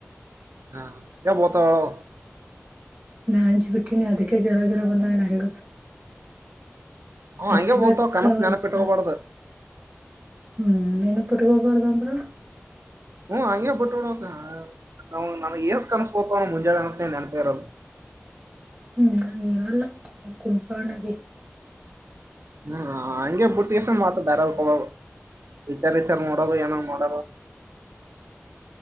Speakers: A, on the right; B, on the right.
A: <unintelligible>
B: ನಾ ಅಂಜು ಬಿಟ್ಟೀನಿ ಅದಕ್ಕೆ ಜವರಗಿರ ಬಂದನ್ ನಡುಗುತ.
A: ಅವ್
B: ಹಚ್ಚಬೇಕು.
A: ಹಂಗೆ ಬೋತಾವ ಕನಸ್ ನೆನಪಿಟ್ಕೋಬಾರ್ದು
B: ಹ್ಮ್ ನೀನು ಪಟ್ಕೊಬಾರ್ದಂದ್ರ.
A: ಹ್ಮ್ ಹಂಗೆ ಬಿಟ್ಟಬಿಡಬೇಕು ನಾವು ನನಗೆ ಏನ್ ಕನಸು ಬೀಳ್ತವೋ ಮುಂಜಾನೆ ನೆನಪೇ ಇರಿಲ್ಲ.
B: ಹ್ಮ ನಾನು ಇರಲ್ಲ <unintelligible>
A: ಹ್ಮ ಹಂಗೆ ಬುಟ್ಟಾವ್ ಹೋಗ ವಿಚಾರ್ ವಿಚಾರ್ ನೋಡ ಏನಾಗ್ ನೋಡ.